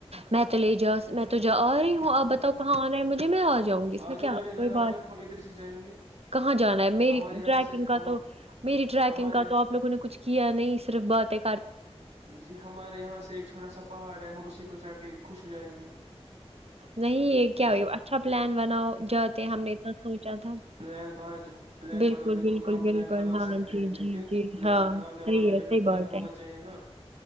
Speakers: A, on the right; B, on the right.
A: مي تلجاس تجا اپ بتاؤ کہاں انا ہے مجھے میں ا جاؤں جاؤں گی اس
B: آ
A: میں
B: جاؤ
A: کیا
B: میرے گھر
A: کوئی
B: آ
A: بات
B: جاؤ ہم ادھر سے جائیں گے
A: کہاں جانا ہے میری
B: ہمارے یہاں
A: ٹریکنگ
B: سے
A: کا
B: ہم
A: تو میری ٹریکنگ
B: ہمارے
A: کا تو آپ لوگوں نے کچھ کیا نہیں صرف بات ہے
B: جی ہمارے یہاں سے ایک چھوٹا سا پہاڑ ہے ہم اسی کو چڑھ کے خوش ہو جائیں گے
A: نہیں یہ کیا
B: جی
A: اچھا پلان بناؤ جاتے ہم نے اتنا سوچا تھا
B: پلان بنانے تو پلان
A: بالکل
B: بنانے
A: بالکل
B: کو تو ہم پلان
A: بالکل
B: بنا
A: ہاں
B: سکتے
A: جی
B: ہیں لیکن
A: جی جی
B: پلان
A: ہاں
B: بنانے
A: صحیح
B: والے
A: ہے
B: میں بھی
A: صحیح
B: پلان
A: بات
B: ہونا
A: ہے
B: چاہیے نا